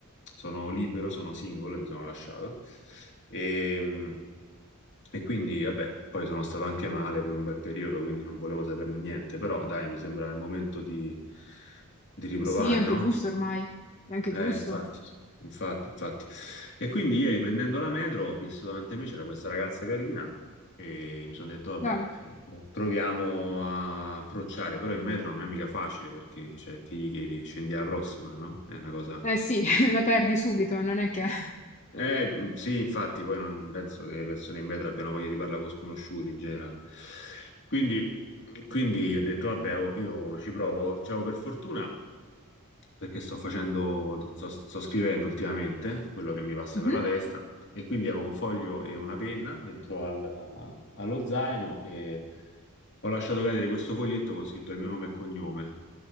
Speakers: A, on the left; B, on the left.
A: sono libero, sono singolo e mi sono lasciato e, e quindi vabbè, poi sono stato anche male per un bel periodo, quindi non volevo saperne niente, però dai, mi sembra il momento di, di riprovare,
B: Sì, è anche
A: no?
B: giusto ormai, è anche
A: Eh,
B: giusto.
A: infatti, infatti, infatti. E quindi ieri prendendo la metro ho visto davanti a me c'era questa ragazza carina e mi sono detto, vabbè,
B: Dai.
A: eh, proviamo a approcciare, però in metro non è mica facile perché, cioè, che gli chiedi? Scendi alla prossima, no? È una cosa...
B: Eh sì, <laughs> la perdi subito, non è che... <laughs>
A: Eh, mh, sì, infatti, poi non penso che le persone in metro abbiano voglia di parlare con sconosciuti in generale. Quindi, quindi ho detto, vabbè, oh, io ci provo. Cioè, oh, per fortuna perché sto facendo, sto, sto scrivendo ultimamente quello che mi passa
B: Mhm.
A: per la testa e quindi avevo un foglio e una penna dentro al- allo zaino e ho lasciato cadere questo foglietto con scritto il mio nome e cognome